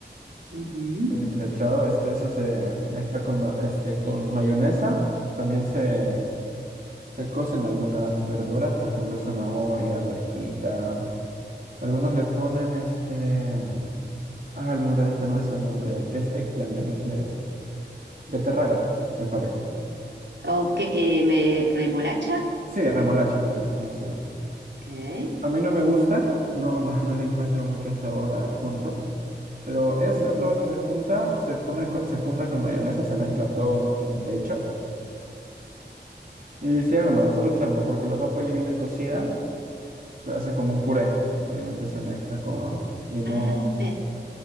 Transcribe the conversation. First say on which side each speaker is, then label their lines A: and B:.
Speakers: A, on the right; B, on the right.
A: ujú.
B: Pollo deshilachado, este, eso se mezcla con, ma- este, con mayonesa. También se Se cocen algunas verduras, por ejemplo, zanahoria, arvejita. Algunos le ponen este... mm, Ah, el moradito no es el nombre, el que es eggplant en inglés. Beterraga, me parece.
A: Ok, eh, me remolacha.
B: Sí, remolacha también es conocido.
A: Ok.
B: A mí no me gusta, no, no, no le encuentro mucho el sabor a junto. Pero eso,
A: Ujú.
B: todo eso se junta, se pone, co- se junta con mayonesa, se mezcla todo en general, de hecho. Y se arma, solo se arma, porque la papa ya viene cocida, se hace como un puré. Obviamente se mezcla con limón.
A: Ah, pe-